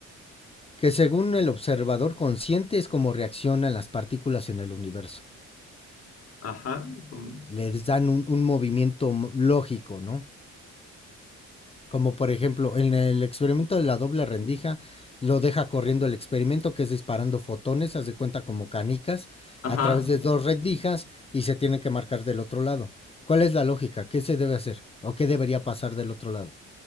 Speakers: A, on the left; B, on the left.
A: Que según el observador consciente es como reaccionan las partículas en el universo.
B: Ajá. como
A: les dan un, un movimiento lógico, ¿no? Como por ejemplo, en el experimento de la doble rendija, lo deja corriendo el experimento, que es disparando fotones, haz de cuenta como canicas,
B: Ajá,
A: a través de dos rendijas y se tienen que marcar del otro lado. ¿Cuál es la lógica? ¿Qué se debe hacer? ¿O qué debería pasar del otro lado?